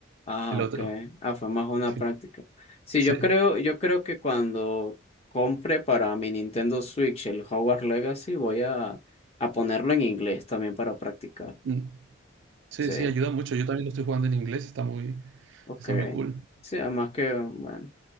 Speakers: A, on the left; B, on the right.
A: Ah,
B: el
A: ok.
B: otro,
A: Ah, fue más una
B: el final.
A: práctica. Sí,
B: Sí,
A: yo creo, yo creo que cuando compre para mi Nintendo Switch el Hogwarts Legacy, voy a, a ponerlo en inglés también para practicar.
B: mm. Sí,
A: Sí,
B: sí, ayuda mucho. Yo también lo estoy jugando en inglés, está muy
A: ok.
B: está muy cool.
A: Sí, además que, bueno.